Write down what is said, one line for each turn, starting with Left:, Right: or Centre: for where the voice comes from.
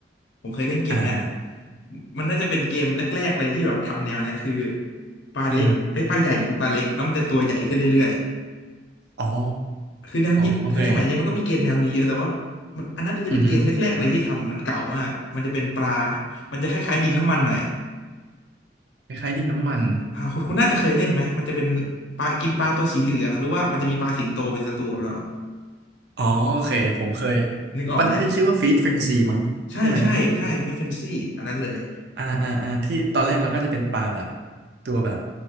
Left: ผมเคยเล่นเกมเนี้ย
Right: อ่าอ่า
Left: มันน่าจะเป็นเกมแรกๆเลยที่แบบทำแนวเนี้ยคือปลาเล็กไอ้ยปลาใหญ่กินปลาเล็กแล้วมันจะตัวใหญ่ขึ้นเรื่อย
Right: อือฮึอ๋อ
Left: ๆคือแนวนี้คือสมัยนี้มันก็มีเกมแนวนี้เยอะแต่ว่ามันอันนั้นน่าจะเป็นเกมแรกๆเลยที่ทำมันเก่ามากมันจะเป็นปลา
Right: โอเคอือฮึ
Left: มันจะคล้ายๆดินน้ำมันหน่อย
Right: คล้ายๆดินน้ำมัน
Left: อ่าคุณคุณน่าจะเคยเล่นไหมมันจะเป็นปลากินปลาตัวสีเหลืองหรือว่ามันจะมีปลาสิงโตเป็นศัตรูกับเรา
Right: อ๋อโอเคผมเคย
Left: นึกออกไหม
Right: มันน่าจะชื่อว่าฟีดเฟรนซีมั้งใช่ไหม
Left: ใช่ใช่ใช่ฟิชเฟนซี่อันนั้นเลย
Right: อ่าอ่าอ่าที่ตอนแรกเราก็จะเป็นปลาแบบตัวแบบ